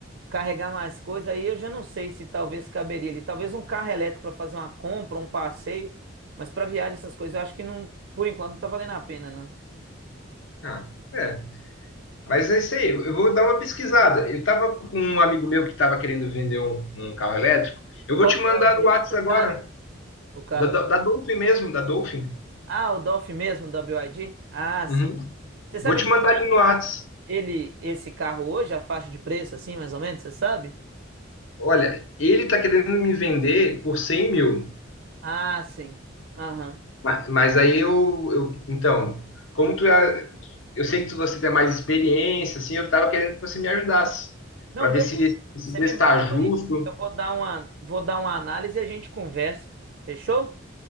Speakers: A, on the right; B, on the left.
A: carregar mais coisa. Aí eu já não sei se talvez caberia ali. Talvez um carro elétrico para fazer uma compra, um passeio, mas para viagem essas coisas eu acho que não, por enquanto não tá valendo a pena não.
B: Ah, é. Mas é isso aí, eu vou dar uma pesquisada. Eu tava com um amigo meu que tava querendo vender um, um carro elétrico. Eu
A: Qual
B: vou te
A: que
B: mandar
A: é o dele,
B: no Whats
A: você
B: agora,
A: sabe? O carro.
B: da, da,
A: dele?
B: da Dolphin mesmo, da Dolphin.
A: Ah, o Dolph mesmo da BYD? Ah, sim.
B: Uhum.
A: Você sabe
B: Vou te
A: quanto
B: mandar ali no
A: tá
B: Whats.
A: ele esse carro hoje, a faixa de preço assim, mais ou menos, você sabe?
B: Olha, ele tá querendo me vender por 100 mil.
A: Ah, sim. Aham.
B: Ma- Mas aí eu, eu- então, como tu, é- eu sei que tu- você tem mais experiência, assim, eu tava querendo que você me ajudasse,
A: Não,
B: para ver
A: beleza.
B: se esse
A: Você
B: preço
A: me manda
B: tá justo.
A: aí, eu vou dar uma, vou dar uma análise e a gente conversa. Fechou?